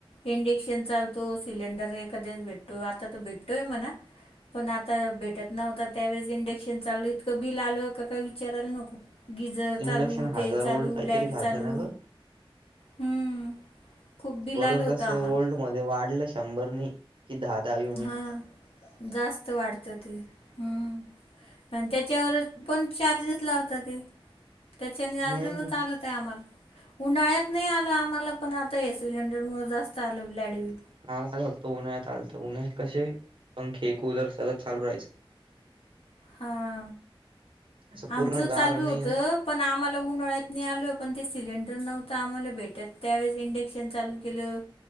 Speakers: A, on the left; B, on the right.
A: इंडक्शन चालतो. सिलेंडर एखाद्याच भेटतो. आता तो भेटतोय. पण आता भेटत नव्हता त्यावेळेस इंडक्शन चाललं इतकं बिल आलं. का? काय विचारायला नको. गिजर, चालू
B: इंडक्शन हजार
A: ते चालू
B: वोल्ट काहीतरी
A: लाईट,
B: खातं
A: चालू
B: ना गं?
A: हमम. खूप बिल
B: वरून
A: आल होतं
B: कसं
A: आम्हाला
B: मध्ये वाढलं शंभरनी. कि दहा दहावी
A: हा जास्त वाढतं ते हम्म. आणि त्याच्यावर पण चार्जेस लावतात. ते त्याच्याने
B: नाही
A: अजूनच
B: नाही
A: आलं. आम्हाला उन्हाळ्यात नाही आलं आम्हाला पण आता ए सिलेंडर मुळं जास्त आलं लाईट बिल.
B: हा मला फक्त उन्हाळ्यात आलत उन्हाळ्यात कसे पंखे, कूलर, सगळं चालू राहायचं.
A: हा.
B: असं पूर्ण
A: आमचं
B: गार
A: चालू
B: नाही
A: होतं.
B: ना
A: पण आम्हाला उन्हाळ्यात नाही आलो पण ते सिलेंडर नव्हतं आम्हाला भेटत त्यावेळेस इंडक्शन चालू केलं.